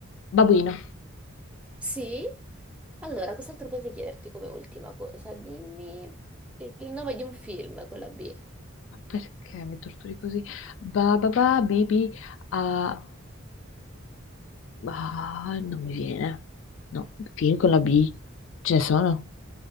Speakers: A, on the left (about 60°); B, in the centre.
A: babuino.
B: Sì. Allora, cos'altro potrei chiederti come ultima cosa? Dimmi il nome di un film con la B.
A: Ma Perché mi torturi così? Ba, ba, ba, B, B, uh, ah, non mi viene. No, film con la B. Ce ne sono?